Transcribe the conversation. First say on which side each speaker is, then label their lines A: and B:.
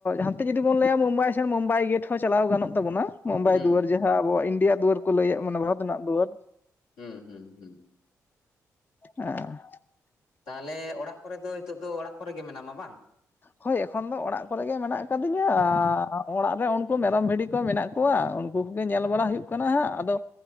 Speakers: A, on the left; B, on the left.
A: ᱦᱟᱱᱛᱮ ᱡᱩᱫᱤ ᱵᱚᱱ ᱞᱟᱹᱭᱟ ᱢᱩᱢᱵᱟᱭ ᱥᱮᱱ ᱢᱩᱢᱵᱟᱭ ᱜᱮᱴ ᱦᱚᱸ ᱪᱟᱞᱟᱣ ᱜᱟᱱᱚᱜ ᱛᱟᱵᱚᱱᱟ ᱢᱩᱢᱵᱟᱭ
B: ᱦᱩᱸ
A: ᱫᱩᱣᱟᱹᱨ ᱡᱮ ᱦᱮᱸ ᱟᱵᱚᱣᱟᱜ ᱤᱱᱰᱤᱭᱟ ᱫᱩᱣᱟᱹᱨ ᱠᱚ ᱞᱟᱹᱭᱮᱫ ᱢᱟᱱᱮ ᱵᱷᱟᱨᱚᱛ ᱨᱮᱱᱟᱜ ᱫᱩᱣᱟᱹᱨ
B: ᱦᱩᱸ ᱦᱩᱸ ᱦᱩᱸ
A: ᱮᱸ
B: ᱛᱟᱞᱦᱮ ᱚᱲᱟᱜ ᱠᱚᱨᱮ ᱫᱚ ᱦᱤᱛᱚᱜ ᱫᱚ ᱚᱲᱟᱜ ᱠᱚᱨᱮ ᱜᱮ ᱢᱮᱱᱟᱢᱟ ᱵᱟᱝ
A: ᱦᱳᱭ ᱮᱠᱷᱚᱱ ᱫᱚ ᱚᱲᱟᱜ ᱠᱚᱨᱮ ᱜᱮ ᱢᱮᱱᱟᱜ ᱠᱟᱫᱤᱧᱟ ᱟᱻ ᱚᱲᱟᱜ ᱨᱮ ᱩᱱᱠᱩ ᱢᱮᱨᱚᱢ ᱵᱷᱤᱰᱤ ᱼᱼ ᱠᱚ ᱢᱮᱱᱟᱜ ᱠᱚᱣᱟ ᱩᱱᱠᱩ ᱠᱚᱜᱮ ᱧᱮᱞ ᱵᱟᱲᱟ ᱦᱩᱭᱩᱜ ᱠᱟᱱᱟ ᱦᱟᱸᱜ ᱟᱫᱚᱼᱼ